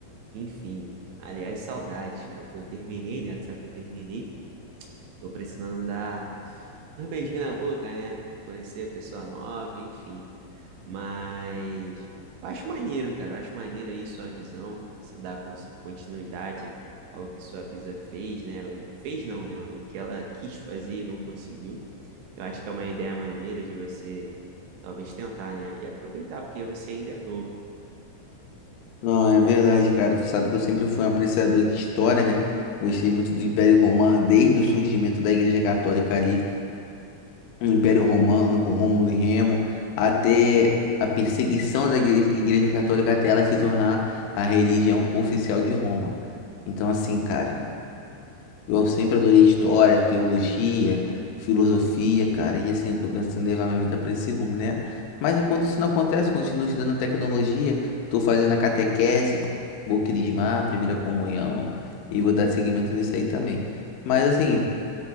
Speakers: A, on the right; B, on the left.
A: Enfim, aliás, saudades, cara, porque eu terminei, né? Tu sabe que eu terminei. Tô precisando dar uns beijinhos na boca, né? Conhecer a pessoa nova, enfim. Mas eu acho maneiro, cara. Eu acho maneiro aí sua visão, você dar cons- continuidade ao que sua bisa fez, né? Fez não, né? O que ela quis fazer e não conseguiu. Eu acho que é uma ideia maneira de você talvez tentar, né? E aproveitar, porque você ainda é novo.
B: Não, é verdade, cara. Tu sabe que eu sempre fui um apreciador de história, né? Gostei muito do Império Romano, desde o surgimento da Igreja Católica ali, no Império Romano, com Rômulo e Remo, até a perseguição da Igre- Igreja Católica até ela se tornar a religião oficial de Roma. Então, assim, cara. Eu sempre adorei história, teologia, filosofia, cara, e assim, eu tô pensando em levar minha vida para esse rumo, né? Mas enquanto isso não acontece, continuo estudando tecnologia, tô fazendo a catequese, vou crismar, a primeira comunhão, e vou dar seguimento nisso aí também. Mas assim,